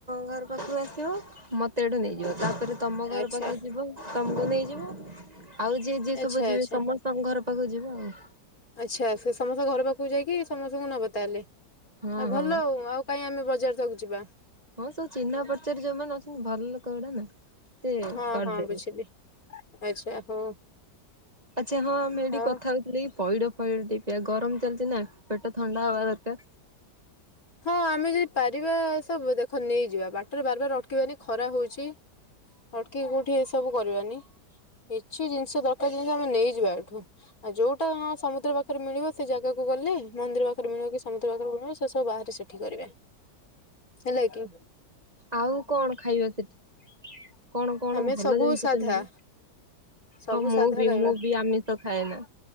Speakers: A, on the right; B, on the left.
A: ଘର ପାଖକୁ ଆସିବ ମତେ ଏଠୁ ନେଇଯିବ ତାପରେ ତମ ଘର
B: ଆଚ୍ଛା
A: ପାଖକୁ ଯିବ ତମକୁ ନେଇଯିବ। ଆଉ ଯିଏ ଯିଏ
B: ଆଚ୍ଛା
A: ସବୁ ଯିବେ
B: ଆଚ୍ଛା
A: ସମସ୍ତଙ୍କ ଘର ପାଖକୁ ଯିବ ଆଉ।
B: ଆଚ୍ଛା ସେ ସମସ୍ତ ଘର ପାଖକୁ ଯାଇକି ସମସ୍ତଙ୍କୁ ନବ ତାହାଲେ
A: ହଁ
B: ଆଉ
A: ହଁ
B: ଭଲ ଆଉ ଆଉ କାଇଁ ଆମେ ବଜାର ତାକୁ ଯିବା?
A: ହଁ ସବ୍ ଚିହ୍ନା ପରିଚରେ ଯୋଉମାନେ ଅଛନ୍ତି ଭଲ ଲୋକ ଉଡା ନା। ସେ
B: ହଁ
A: କରିଦେବେ।
B: ହଁ ବୁଝିଲି ଆଚ୍ଛା ହଉ।
A: ଆଚ୍ଛା ହଁ ଆମେ ଏଇଠି
B: ଆଉ
A: କଥା ହଉ ମୁଁ କଲି ଏ ପଇଡ ଫଇଡ଼ ଟିଏ ପିଆ ଗରମ ଚାଲିଛି ନା ପେଟ ଥଣ୍ଡା ହବା ଦରକାର।
B: ହଁ ଆମେ ଯଦି ପାରିବା ସବୁ ଦେଖ ନେଇଯିବା ବାଟରେ ବାରବାର ଅଟକିବାନି ଖରା ହଉଚି। ଅଟ୍କିକି କୋଉଠି ଏସବୁ କରିବାନି କିଛି ଜିନିଷ ଦରକାର ଜିନିଷ ଆମେ ନେଇଯିବା ଏଠୁ। ଆ ଯୋଉଟା ହଁ ସମୁଦ୍ର ପାଖରେ ମିଳିବ ସେ ଜାଗାକୁ ଗଲେ ମନ୍ଦିର ପାଖରେ ମିଳିବ କି ସମୁଦ୍ର ପାଖରେ ମିଳିବ ସେ ସ ସବୁ ବାହାରେ ସେଠି କରିବା ହେଲା କି?
A: ଆଉ କଣ ଖାଇବା ସେଠି କଣ କଣ
B: ଆମେ
A: ଭଲ
B: ସବୁ
A: ଜିନିଷ
B: ସାଧା
A: ସେ ମିଳେ।
B: ସବୁ
A: ହଁ ମୁଁ
B: ସାଧା
A: ବି
B: ଖାଇବା
A: ମୁଁ ବି ଆମିଷ ଖାଏନା